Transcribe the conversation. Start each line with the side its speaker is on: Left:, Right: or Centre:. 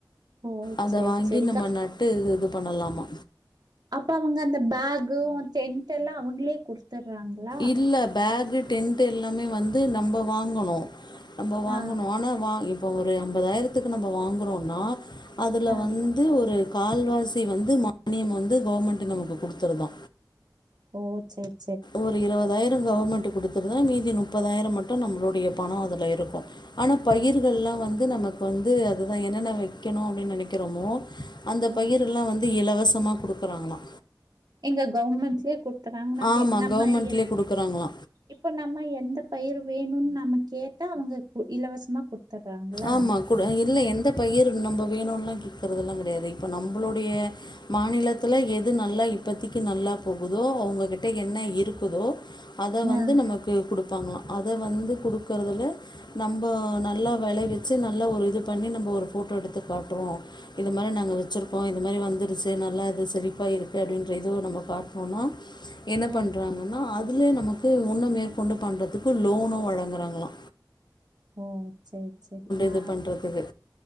Right: ஓ!
Left: அத
Right: சரி,
Left: வாங்கி
Right: சரிக்கா.
Left: நம்ம நட்டு இது பண்ணலாமா
Right: அப்ப அவுங்க அந்த பேக்கு ஒ டென்ட் எல்லா அவுங்களே குடுத்துடுறாங்கள
Left: இல்ல பேக்கு டென்ட்டு எல்லாமே வந்து நம்ம வாங்கணு நம்ம வாங்கணோ
Right: ஆ
Left: ஆனா வா இப்போ ஒரு ஐம்பதாயிரத்துக்கு நம்ம வாங்குறோனா அதில
Right: ஆ
Left: வந் ந்து ஒரு கால்வாசி வந்து மானியம் வந்து கவர்மெண்ட்டு நமக்கு குடுத்துருதா
Right: ஓ சேர்
Left: ஒரு இருபதாயிர கவர்மெண்ட்டு கேட்க குடுத்துதுனா மீதி முப்பதாயிர மட்டு நம்மளுடைய பணோ அதுல இருக்கு ஆனா பயிர்கள்லா வந்து நமக்கு வந்து அதுதா என்னென்ன வைக்கணு அப்டின் நெனைக்கறோமோ அந்த
Right: ஆ
Left: பயிரெல்லா வந்து இலவசமா குடுக்குறாங்களா
Right: எங்க கவர்மெண்ட்ஸ்லயே குடுத்துறாங்க நாங்க
Left: ஆமா
Right: நாம
Left: கவர்மெண்ட்லயே
Right: எ
Left: குடுக்குறாங்களா
Right: இப்போ நம்ம எந்த பயிர் வேணுன் நாம கேட்டா அவங்க இலவசமா குடுத்துட்றாங்களா
Left: ஆமா. கூட இல்ல எந்த பயிர் நம்ப வேணுன்லா கேட்கறதெல்லா கெடையாது இப்போ நம்பளுடைய மாநிலத்துல எது நல்லா இப்பத்தைக்கு நல்லா போகுதோ அவங்ககிட்ட என்ன இருக்குதோ அத வந்து
Right: ஆ
Left: நமக்கு குடுப்பாங்களா அத வந்து குடுக்குறதல நம்ப நல்லா விளை வெச்சு நல்லா ஒரு இது பண்ணி நம்ப ஒரு ஃபோட்டோ எடுத்து காட்டுவோ இந்த மாரி நாங்க வெச்சிருக்கோ இந்த மாரி வந்துருச்சு நல்லாருக்கு செழிப்பாருக்கு அப்டின்ற இதுவு நம்ம பாத்தோன்னா என்ன
Right: ஆ
Left: பண்ணுறாங்கன்னா அதிலேயே நமக்கு ஒன்னு மேற்கொண்டு பண்றதுக்கு லோனு வழங்குறாங்களா
Right: ஓ சேரி சேரி ஆ
Left: இது பண்றதுக்கு.